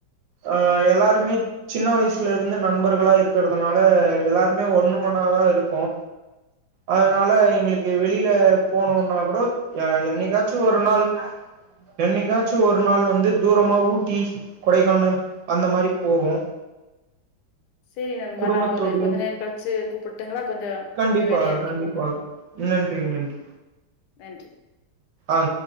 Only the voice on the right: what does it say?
ஆ எல்லாருமே சின்ன வயிஸ் வீட்டுல இருந்து நண்பர்களா இருக்குறதுனால எல்லாருமே ஒண்ணுமண்ணாதா இருக்கோ அதனால
எங்குளுக் கு வெளியில போனுன்னா கூட என்னைக்காது ச்சு ஒரு நாள் எண்ணிக்காச் சு ஒரு நாள் வந்து தூரமா ஊட்டி கொடைக்கானல் அந்த மாரி போவோ
குடும்பத்தோடு
கண்டிப்பாக
கண்டிப்பாக
நன்றி நன்றி
ஆ